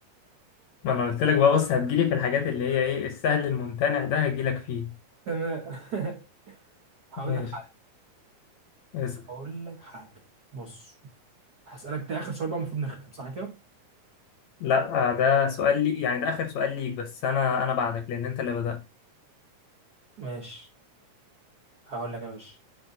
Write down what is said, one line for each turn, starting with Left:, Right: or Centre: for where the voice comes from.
Left: ما انا قلت لك بقى بص هتجيلي في الحاجات اللي هي ايه السهل الممتنع ده هتجيلك فيه
Right: تمام <laughs> هقول
Left: ماشي
Right: لك حاجة
Left: اسأل
Right: هقول لك حاجة بص هسألك ده آخر سؤال بقى المفروض نختم صح كده؟
Left: لا آه، ده سؤال لي يعني ده اخر سؤال ليك بس انا انا بعدك لان انت اللي بدأت
Right: ماشي هقول لك يا باشا